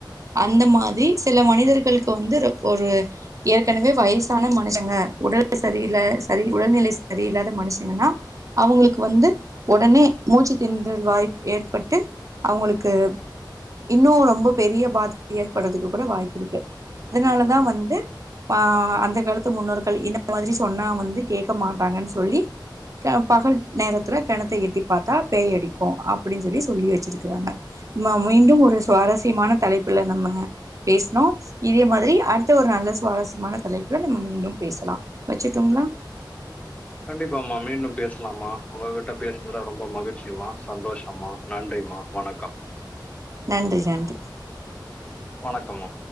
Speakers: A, on the right; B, on the left.
A: அந்த மாதிரி சில மனிதர்களுக்கு வந்து இது ஒரு ஏற்கனவே வய்சான மனுஷங்க உடல் செரியில்ல செரி உடல்நிலை செரியில்லாத மனுஷங்கன்னா அவுங்களுக்கு வந்து உடனே மூச்சு திணறல் வாய்ப்பு ஏற்பட்டு அவங்களுக்கு இன்னு ரொம்ப பெரிய பாதிப்பு ஏற்படுறதுக்கு கூட வாய்ப்பு இருக்கு அதனாலதா வந்து ஆ அந்த காலத்து முன்னோர்கள் இந்தன்ன மாதிரி சொன்னா வந்து கேட்க மாட்டாங்கன்னு சொல்லி ப-பகல் நேரத்துல கெணத்தை எட்டி பாத்தா பேய் அடிக்கு அப்டின் சொல்லி சொல்லி வச்சிருக்கிறாங்க ம் மீண்டு ஒரு சுவாரஸ்யமான தலைப்புல நம்ம பேஸ்னோ இதே மாதிரி அடுத்த ஒரு நல்ல சுவாரஸ்யமான தலைப்புல நம்ம மீண்டும் பேசலா வச்சுட்டோங்ளா
B: கண்டிப்பாமா மீண்டும் பேசலாமா உங்ககிட்ட பேசுனதுல ரொம்ப மகிழ்ச்சியமா சந்தோஷமா நன்றிமா வணக்கம்
A: நன்றி நன்றி
B: வணக்கம்மா